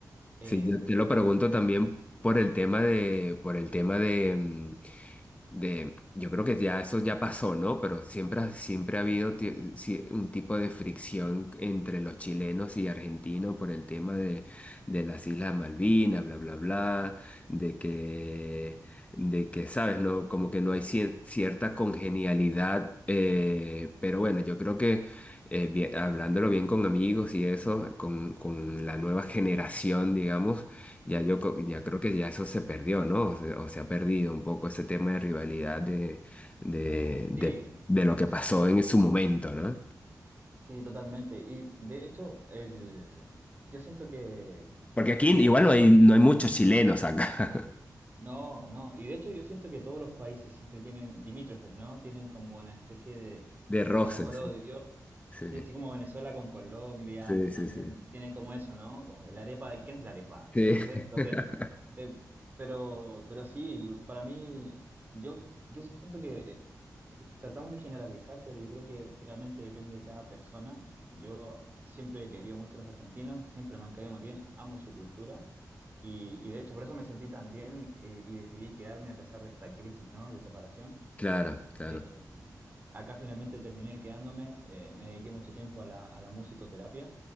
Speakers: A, on the right; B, on the left.
A: Eh,
B: Sí, yo te lo pregunto
A: me-
B: también por el tema de, por el tema de, mm, de, yo creo que ya eso ya pasó, ¿no? Pero siempre, ha- siempre ha habido ti- si- un tipo de fricción entre los chilenos y argentinos por el tema de, de las Islas Malvinas, bla, bla, bla, de que, de que, ¿sabes? No, como que no hay cier- cierta congenialidad, eh, pero bueno, yo creo que eh, bien- hablándolo bien con amigos y eso, con, con la nueva generación, digamos, ya yo co- ya
A: mm,
B: creo que ya eso se perdió, ¿no? O se, o se ha perdido un poco ese tema de rivalidad de, de,
A: sí,
B: de, de lo que pasó en su momento, ¿no?
A: sí, totalmente. Y de hecho, el, yo siento que,
B: Porque aquí
A: que
B: igual
A: todos
B: no hay,
A: los
B: no hay muchos chilenos acá
A: No, no. Y de hecho yo siento que todos los países siempre tienen limítrofes, ¿no? Tienen como una especie de,
B: <laughs> de roces,
A: de amor-odio.
B: sí. Sí,
A: Sí, así como Venezuela con Colombia,
B: sí,
A: que
B: sí,
A: también
B: sí.
A: tienen como eso, ¿no? Como la arepa de quién es la arepa,
B: Sí.
A: no sé. Entonces,
B: <laughs>
A: eh, pero, pero sí, para mí, yo, yo siento que eh, es que tratamos de generalizar, pero yo creo que finalmente depende de cada persona. Yo siempre he querido mucho a los argentinos, siempre me han caído muy bien, amo su cultura. Y, y de hecho por eso me sentí tan bien eh, y decidí quedarme a pesar de esta crisis, ¿no? De separación.
B: Claro, claro.
A: Eh, acá finalmente terminé quedándome, eh, me dediqué mucho tiempo a la, a la musicoterapia